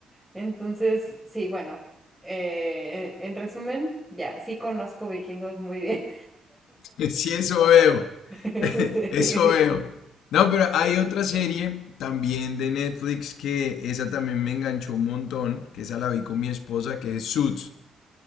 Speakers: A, in the centre; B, on the left (about 80°).
A: Entonces, sí, bueno, eh, en resumen, ya, sí conozco vikingos muy bien.
B: <laughs> Sí, eso veo.
A: <laughs>
B: <laughs> Eso veo. No, pero
A: Sí.
B: hay otra serie también de Netflix que esa también me enganchó un montón, que esa la vi con mi esposa, que es Suits,